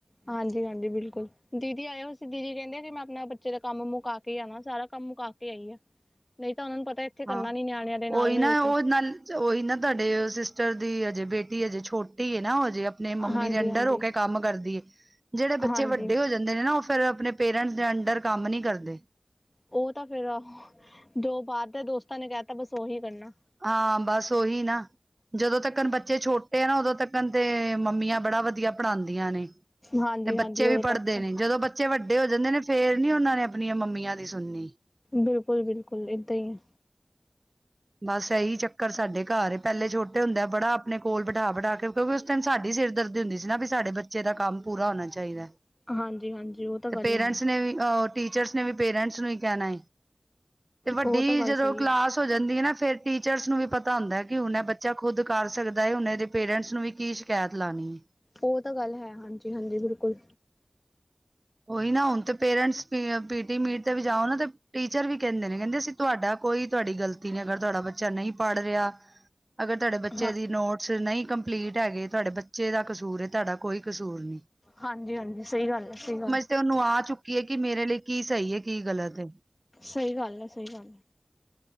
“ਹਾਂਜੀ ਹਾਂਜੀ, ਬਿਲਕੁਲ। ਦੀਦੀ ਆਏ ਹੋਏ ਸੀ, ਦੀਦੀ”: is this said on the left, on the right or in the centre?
Left